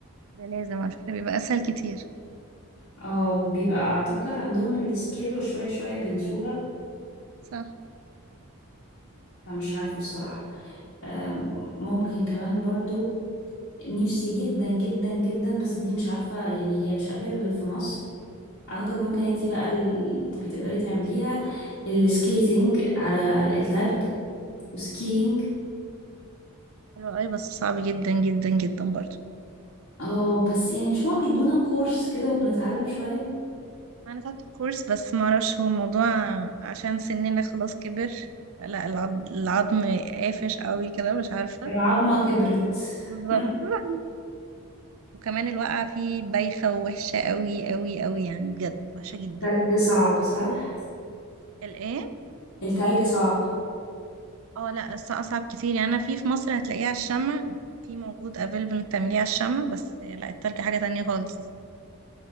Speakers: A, on the right; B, on the left.
A: ده لازم على فكرة بيبقى أسهل كتير
B: أو بيبقى أعتقد عندهم السكيل وشوية شوية بينسوها
A: صح
B: فمش عارفة الصراحة أم، ممكن كمان برضو نفسي جدا جدا جدا بس دي مش عارفة يعني هي مش available في مصر أعتقد ممكن انتي بقى ال- تبقي تقدري تعمليها السكيتنج على التلج وسكينج
A: حلو قوي بس صعب جدا جدا جدا برضه
B: اه بس يعني مش هو بيدونا كورس كده وبنتعلم شوية
A: أنا خدت كورس بس معرفش هو الموضوع عشان سننا خلاص كبر لا العض- العظم قافش قوي كده مش عارفة
B: العظمة كبرت
A: بالظبط
B: <laughs>
A: <laughs> وكمان الواقعة فيه بايخة ووحشة قوي قوي قوي يعني بجد وحشة جدا
B: تلج صعب صح؟
A: الايه
B: التلج صعب
A: اه لا الس- اصعب كتير يعني انا في في مصر هتلاقيه على الشمع في موجود افيلبل انك تعمليه على الشمع بس لا التلج حاجة تانية خالص